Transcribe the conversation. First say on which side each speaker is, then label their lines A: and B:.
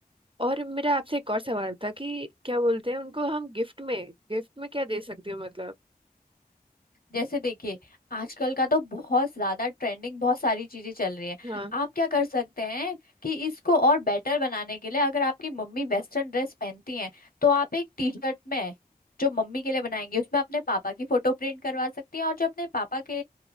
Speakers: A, on the right; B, on the left.
A: और मेरा आपसे एक और सवाल था कि क्या बोलते हैं उनको हम गिफ्ट में गिफ्ट में क्या दे सकती हो मतलब
B: जैसे देखिए आजकल का तो बहुत ज्यादा ट्रेंडिंग बहुत सारी चीजें चल रही हैं
A: हाँ
B: आप क्या कर सकते हैं कि इसको और बेटर बनाने के लिए अगर आपकी मम्मी वेस्टर्न ड्रेस पहनती हैं तो आप एक टी शर्ट में जो मम्मी के लिए बनाएंगे उसमें अपने पापा की फोटो प्रिंट करवा सकती हैं और जो अपने पापा के